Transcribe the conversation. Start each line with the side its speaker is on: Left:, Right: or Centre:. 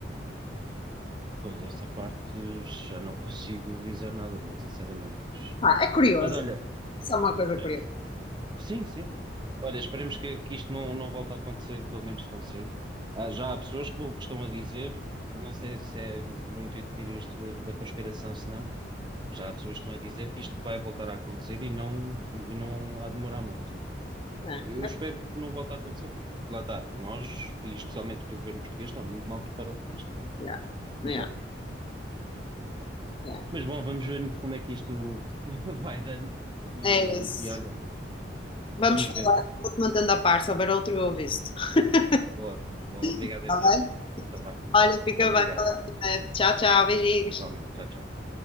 Right: Pois, essa parte já não consigo dizer nada, muito sinceramente. Mas,
Left: Ah, é curioso,
Right: mas olha,
Left: é só uma coisa
Right: eh,
Left: curiosa.
Right: sim, sim, Olha, esperemos que, que isto não, não volte a acontecer, pelo menos tão cedo. Ah, já há pessoas que, que estão a dizer, não sei se é no intuito de tirar isto da, da conspiração, se não, já há pessoas que estão a dizer que isto vai voltar a acontecer e não, e não há de demorar muito.
Left: É,
Right: Eu espero
Left: é,
Right: que não volte a acontecer, porque lá está, nós, e especialmente o governo português, está muito mal preparado para isto.
Left: yeah,
Right: Mas
Left: yeah,
Right: bom,
Left: yeah.
Right: mas bom, vamos ver como é que isto <laughs> vai dando e,
Left: É isso.
Right: e olha,
Left: Vamos
Right: vamos
Left: falar,
Right: vendo.
Left: vou-te mantendo a par, se houver outro eu aviso-te. <laughs>
Right: Boa, boa, obrigado
Left: Está
Right: então.
Left: bem?
Right: Então vá,
Left: Olha, fica
Right: obrigado,
Left: bem. Tchau, tchau, beijinhos.
Right: igualmente, tchau, tchau.